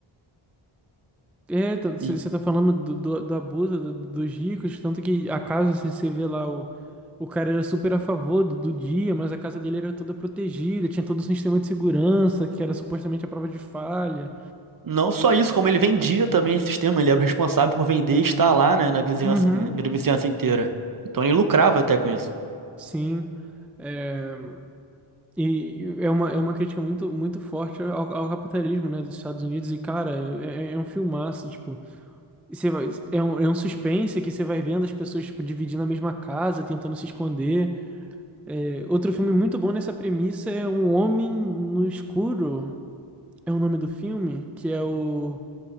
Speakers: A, in the centre; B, on the right.
A: É, você
B: E
A: tá falando do, do, do abuso do- dos ricos, tanto que a casa, você vê lá, o, o cara era super a favor do, do dia, mas a casa dele era toda protegida, tinha todo o sistema de segurança, que era supostamente a prova de falha.
B: não só isso, como ele vendia também esse sistema, ele era o responsável por vender e estar lá, né, na vizinhança,
A: Uhum,
B: na vizinhança inteira. Então ele lucrava até com isso.
A: sim. É, e é uma, é uma crítica muito, muito forte ao, ao capitalismo, né, dos Estados Unidos, e cara, é, é é um filmaço, tipo, você vai, é um, é um suspense que você vai vendo as pessoas, tipo, dividindo a mesma casa, tentando se esconder, É, outro filme muito bom nessa premissa é Um Homem no Escuro, é o nome do filme, que é o,